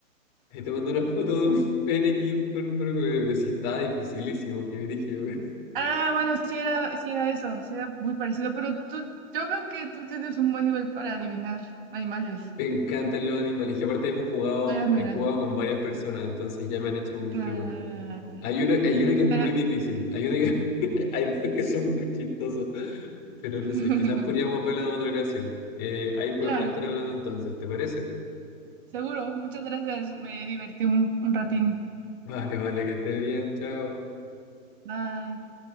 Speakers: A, on the left (about 25°); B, on the right (about 40°).
A: Ahí te mando una foto de un pene aquí por, por- pero sí está dificilísimo, qué brígido, weón.
B: Ah, bueno, sí era, sí era eso, sí era muy parecido, pero tú, yo veo que tú tienes un buen nivel para adivinar animales.
A: Me encantan los animales. Y aparte hemos jugado,
B: Estoy admirada.
A: he jugado con varias personas, entonces ya me han hecho muy
B: Ah,
A: preguntas. Hay uno, hay uno que es muy
B: pero-
A: difícil. Hay uno que, <laughs> hay dos que son muy chistosos. Pero
B: <laughs>
A: no sé, quizás podríamos verlo en otra ocasión. Eh, ahí podemos
B: claro,
A: estar hablando entonces, ¿te parece?
B: seguro. Muchas gracias. Me divertí un, un ratín.
A: Vale, vale, que estés bien, chao.
B: Bye.